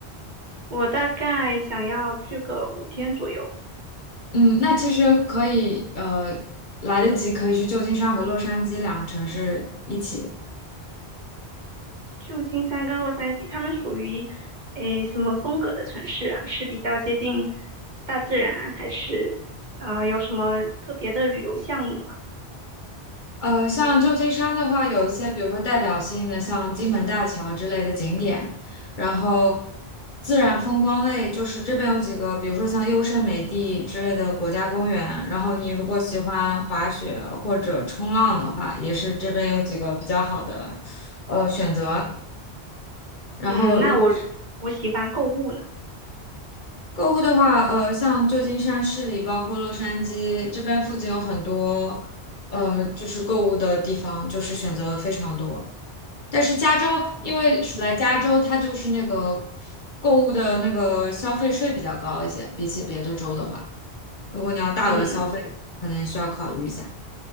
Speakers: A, on the right; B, on the left.
A: 我大概想要去个五天左右。
B: 嗯，那其实可以，呃，来得及可以去旧金山和洛杉矶两个城市一起。
A: 旧金山跟洛杉矶，它们属于诶什么风格的城市啊？是比较接近大自然，还是啊有什么特别的旅游项目吗？
B: 呃，像旧金山的话，有一些比如说代表性的，像金门大桥之类的景点，然后自然风光类，就是这边有几个，比如说像优胜美地之类的国家公园，然后你如果喜欢滑雪或者冲浪的话，也是这边有几个比较好的呃选择。然后如果
A: 嗯，那我我喜欢购物呢。
B: 购物的话，呃，像旧金山市里，包括洛杉矶这边附近有很多呃就是购物的地方，就是选择非常多。但是加州，
A: 嗯
B: 因为属在加州，它就是那个购物的那个消费税比较高一些，比起别的州的话，如果你要大额消费，
A: 嗯
B: 可能需要考虑一下。